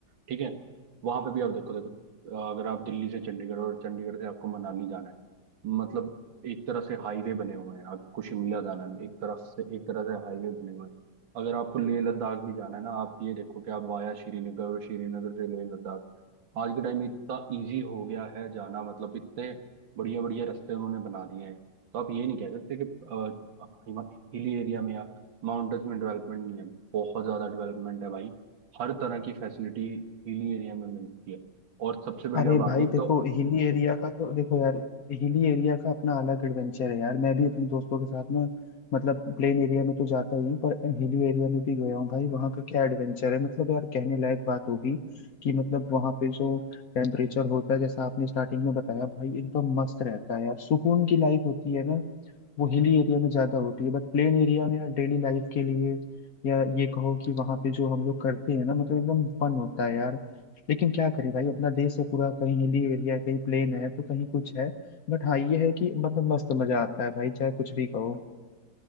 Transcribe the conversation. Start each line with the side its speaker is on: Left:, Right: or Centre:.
Right: ठीक है वहां पे भी आप देखो देखो अ, अगर आप दिल्ली से चंडीगढ़ और चंडीगढ़ से आपको मनाली जाना है मतलब एक तरह से हाईवे बने हुए हैं आपको शिमला जाना है एक तरफ से एक तरह से हाईवे बने हुए हैं अगर आपको लेह लद्दाख भी जाना है ना आप ये देखो कि आप वाया श्रीनगर और श्रीनगर से लेह लद्दाख आज के टाइम में इतना इजी हो गया है जाना मतलब इतने बढ़िया बढ़िया रास्ते उन्होंने बना दिए हैं तो आप ये नहीं कह सकते कि हाँ, हिमा- हिली एरिया में या माउंटेन्स में डेवलपमेंट नहीं है बहुत ज्यादा डेवलपमेंट है भाई हर तरह की फैसिलिटी हिली एरिया में मिलती है और सबसे बढ़िया
Left: अरे
Right: बात
Left: भाई
Right: एक
Left: देखो
Right: तो
Left: हिली एरिया का तो देखो यार हिली एरिया का अपना अलग एडवेंचर है यार मैं भी अपने दोस्तों के साथ ना मतलब प्लेन एरिया में तो जाता ही हूँ पर हिली एरिया में भी गया हूँ भाई वहाँ का क्या एडवेंचर है मतलब यार कहने लायक बात होगी कि मतलब वहाँ पे जो टेम्परेचर होता है जैसा आपने स्टार्टिंग में बताया भाई एकदम मस्त रहता है यार सुकून की लाइफ होती है ना वो हिली एरिया में ज़्यादा होती है बट प्लेन एरिया में यार डेली लाइफ के लिए या ये कहो कि वहाँ पे जो हम लोग करते हैं ना मतलब एकदम फन होता है यार लेकिन क्या करें भाई अपना देश है पूरा कहीं हिली एरिया है कहीं प्लेन है तो कहीं कुछ है बट हाँ ये है कि मतलब मस्त मजा आता है भाई चाहे कुछ भी कहो